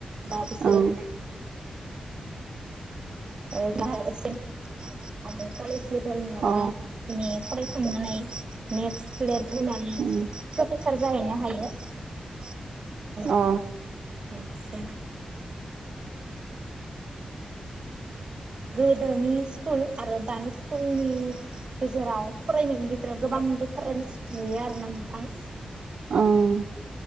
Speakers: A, on the right; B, on the right.
A: बा बिसोरो
B: ओं
A: ओ जा एसेे हानाय फालि जेबो रोङाबा
B: अ
A: जोङो फरायखांनानै नेथ स्लेद होनानै
B: उम
A: प्रफेसार जाहैनो हायो
B: अ
A: ब <unintelligible> गोदोनि सकुल आरो दानि स्कुलनि गेजेराव फरायनायनि गेजेराव गोबां दिफारेन्स नुयो आरोना नोंथां
B: ओम